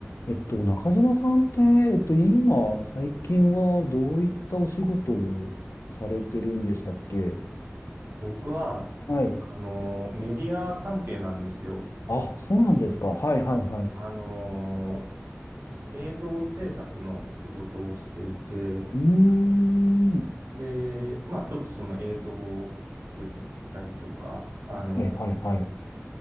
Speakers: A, on the left; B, on the right.
A: えっと、中島さんって、えっと、今、最近はどういったお仕事をされてるんでしたっけ
B: 僕は、
A: はい。
B: あの、メディア関係なんですよ。
A: あ、そうなんですか。はいはいはい。
B: あの、映像制作の仕事をしていて、
A: うーん。
B: で、まあちょっとその映像を作ったりとか、あの、
A: はいはいはい。